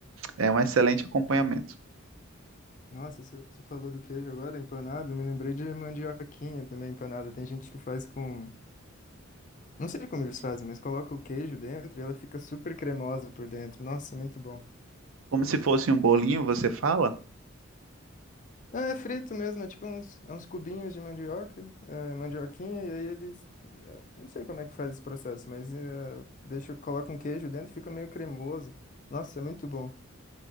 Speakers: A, on the right; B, on the left.
A: é um excelente acompanhamento.
B: nossa, você você falou do queijo agora, empanado, eu me lembrei de mandioquinha também empanada. Tem gente que faz com, não sei como eles fazem, mas coloca o queijo dentro e ela fica super cremosa por dentro. Nossa, muito bom.
A: Como se fosse um bolinho, você fala?
B: É, é frito mesmo, é tipo uns, é uns cubinhos de mandioca, é, mandioquinha, e aí eles, é, não sei como é que faz esse processo, mas é, deixa, coloca um queijo dentro, fica meio cremoso. Nossa, é muito bom.